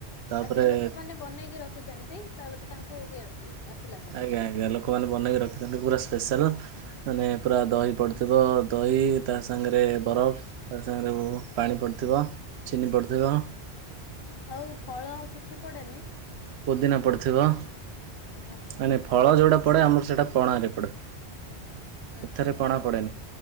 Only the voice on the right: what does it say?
ତାପରେ
ଆଜ୍ଞା ଆଜ୍ଞା ଲୋକମାନେ ବନେଇକି ରଖିଥାନ୍ତି ପୁରା ସ୍ପେଶାଲ ମାନେ ପୁରା ଦହି ପଡ଼ିଥିବ ଦହି ତା ସାଙ୍ଗରେ ବରଫ ତା ସାଙ୍ଗରେ ପାଣି ପଡ଼ିଥିବ ଚିନି ପଡ଼ିଥିବ।
ପୁଦିନା ପଡ଼ିଥିବ।
ମାନେ ଫଳ ଯଉଟା ପଡେ ଆମର ସେଇଟା ପଣାରେ ପଡେ।
ଏଥରେ
ପଣା
ପଡ଼େନି